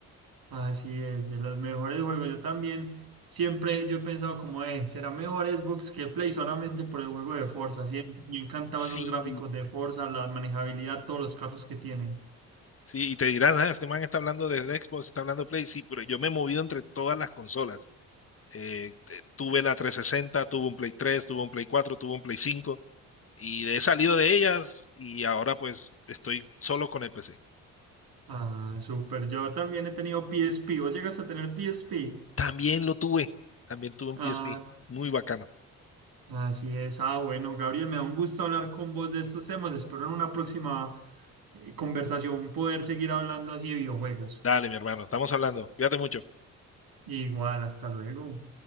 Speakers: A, on the right (about 55°); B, on the left (about 35°).
A: Así es, de los mejores juegos. Yo también siempre yo he pensado como, eh, será mejor Xbox que Play solamente por el juego de Forza. Siempre me han encantado
B: Sí.
A: esos gráficos de Forza, la manejabilidad, todos los carros que tienen.
B: Sí, y te dirán, "Ah, este man está hablando de Xbox, está hablando de Play. Sí, pero yo me he movido entre todas las consolas. Eh, te- tuve la 360, tuve un Play 3, tuve un Play 4, tuve un Play 5 y he salido de ellas y ahora pues estoy solo con el PC.
A: Ah, súper. Yo también he tenido PSP. ¿Vos llegas a tener PSP?
B: También lo tuve, también tuve un
A: Ah,
B: PSP. Muy bacano.
A: Así es. Ah, bueno, Gabriel, me da un gusto hablar con vos de estos temas. Espero en una próxima eh, conversación poder seguir hablando así de videojuegos.
B: Dale, mi hermano, estamos hablando. Cuídate mucho.
A: Igual, hasta luego.